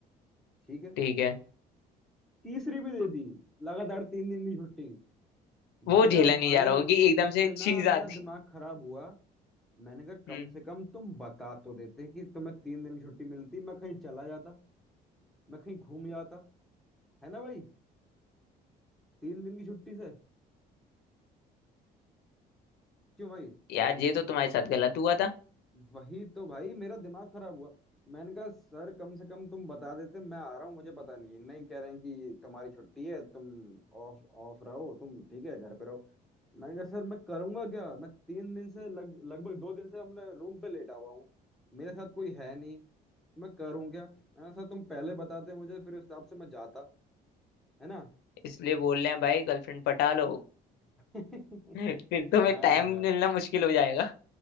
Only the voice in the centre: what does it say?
ठीक है
तीसरी भी दे दी लगातार तीन दिन की छुट्टी
मेरा
भाई
इतना
मेरा
दिमाग खराब हुआ मैंने कहा कम
से कम तुम बता तो देते कि तुम्हें तीन दिन की छुट्टी मिलती मैं कहीं चला जाता मैं कहीं घूम जाता है ना भाई तीन दिन की छुट्टी से क्यों भाई
वही तो भाई मेरा दिमाग खराब हुआ मैंने कहा सर कम से कम तुम बता देते मैं आ रहा हूँ मुझे पता नहीं है।" नहीं कह रहे हैं कि तुम्हारी छुट्टी है तुम ऑफ ऑफ रहो तुम ठीक है घर पे रहो मैंने कहा सर मैं करूंगा क्या मैं तीन दिन से लग लगभग दो दिन से अपने रूम पे लेटा हुआ हूँ मेरे साथ कोई है नहीं तो मैं करूँ क्या है ना सर तुम पहले बताते मुझे फिर उस हिसाब से मैं जाता है ना
<laughs>
कहाँ
है